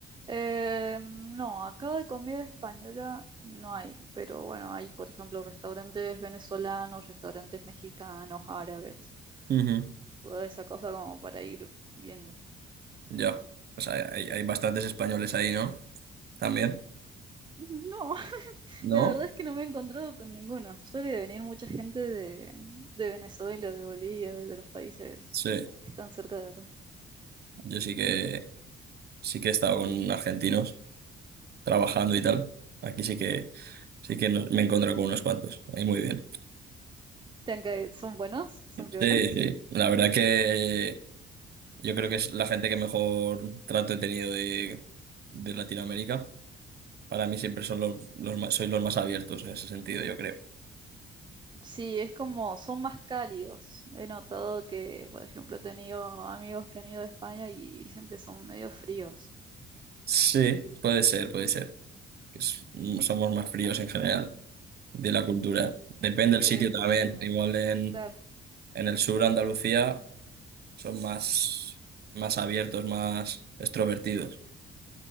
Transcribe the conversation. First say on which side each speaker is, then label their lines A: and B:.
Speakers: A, on the right; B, on the right.
A: Eh, no, acá de comida española no hay, pero bueno, hay, por ejemplo, restaurantes venezolanos, restaurantes mexicanos, árabes,
B: Ujú.
A: toda esa cosa como para ir viendo.
B: Ya, pues hay, hay- hay bastantes españoles ahí, ¿no? También,
A: <laughs> No,
B: ¿no?
A: La verdad es que no me he encontrado con ninguno. Suele venir mucha gente de, de Venezuela, de Bolivia, de, de los países
B: Sí,
A: que están cerca de acá.
B: yo sí que,
A: Ve,
B: sí que he estado con argentinos. trabajando y tal. Aquí sí que sí que no- me he encontrado con unos cuantos. Ahí muy bien.
A: ¿Te han caído- ¿Son buenos? ¿Son
B: Sí,
A: violas?
B: sí. La verdad que yo creo que es la gente que mejor trato he tenido de, de Latinoamérica. Para mí siempre son los, los más, soy los más abiertos en ese sentido, yo creo.
A: Sí, es como, son más cálidos. He notado que, por ejemplo, he tenido amigos que han ido a España y dicen que son medio fríos.
B: Sí, puede ser, puede ser. Es- somos más fríos en general de la cultura. Depende del
A: Por
B: sitio
A: ejemplo,
B: también. Igual en,
A: claro,
B: en el sur, Andalucía, son más, más abiertos, más extrovertidos.